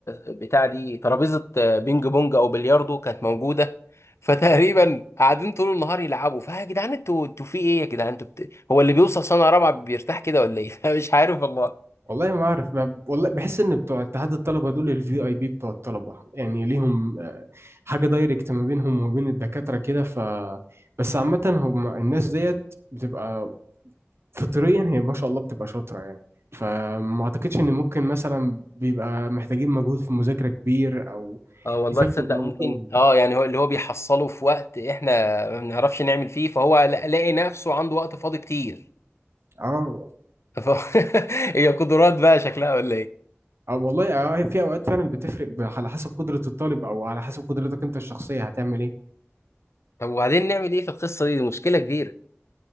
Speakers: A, on the left (about 70°); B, on the right (about 60°).
A: بتاع دي ترابيزة آه، بينج بونج او بلياردو كانت موجودة <laughs> فتقريبا قاعدين طول النهار يلعبوا فيا جدعان انتوا انتوا في ايه يا جدعان انتوا بت... هو اللي بيوصل سنة رابعة بيرتاح كده ولا ايه <laughs> مش عارف والله
B: والله ما اعرف ب- والله بحس ان بتوع اتحاد الطلبه دول الفي اي بي بتوع الطلبه يعني ليهم آه، حاجه دايركت ما بينهم وما بين الدكاتره كده ف بس عامه هم الناس ديت بتبقى فطريا هي ما شاء الله بتبقى شاطره يعني فما اعتقدش ان ممكن مثلا بيبقى محتاجين مجهود في مذاكره كبير او
A: اه والله
B: يذاكروا
A: تصدق
B: بقى
A: ممكن
B: والجو
A: اه يعني هو اللي هو بيحصله في وقت احنا ما بنعرفش نعمل فيه فهو لا- لاقي نفسه عنده وقت فاضي كتير
B: اه
A: <laughs> ف... هي قدرات بقى شكلها ولا ايه
B: اه والله اه في اوقات فعلا بتفرق ب- على حسب قدره الطالب او على حسب قدرتك انت الشخصيه هتعمل ايه
A: طب وبعدين نعمل ايه في القصة دي دي مشكلة كبيرة